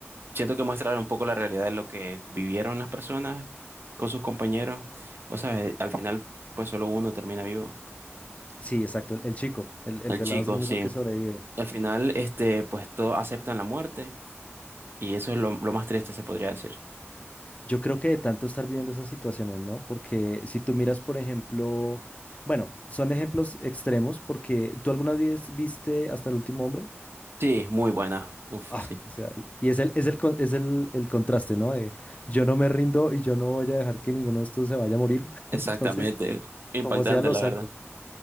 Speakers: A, on the right; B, on the left.
A: siento que muestra un poco la realidad de lo que vivieron las personas con sus compañeros. O sea, al final, pues solo uno termina vivo.
B: Sí, exacto, el, el chico, el, el
A: El
B: pelado
A: chico,
B: es el único
A: sí.
B: que sobrevive.
A: Al final, este, pues todos aceptan la muerte y eso es lo, lo más triste, se podría decir.
B: Yo creo que de tanto estar viviendo esas situaciones, ¿no? Porque si tú miras, por ejemplo, bueno, son ejemplos extremos porque tú alguna vez viste Hasta el último hombre.
A: Sí, muy buena. Uf,
B: Ah,
A: sí.
B: o sea, y es el, es el, con- es el, el contraste, ¿no? De yo no me rindo y yo no voy a dejar que ninguno de estos se vaya a morir. <laughs>
A: Exactamente.
B: Entonces,
A: Impactante,
B: como sea, lo
A: la
B: saco.
A: verdad.